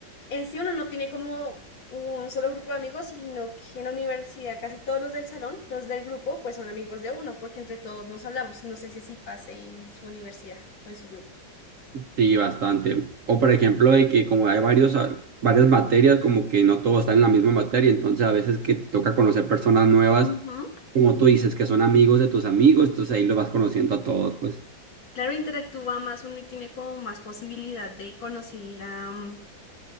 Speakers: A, on the left (about 85°); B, on the right (about 60°).
A: En sí uno no tiene como un solo grupo de amigos, sino que en la universidad casi todos los del salón, los del grupo, pues son amigos de uno, porque entre todos nos hablamos. No sé si así pase en su universidad o en su grupo.
B: Sí, bastante. O por ejemplo, de que como hay varios, a- varias materias, como que no todo está en la misma materia, entonces a veces que te toca conocer personas nuevas
A: Ujú.
B: como tú dices, que son amigos de tus amigos, entonces ahí lo vas conociendo a todos, pues.
A: Claro, interactúa más uno y tiene como más posibilidad de conocer a, mm,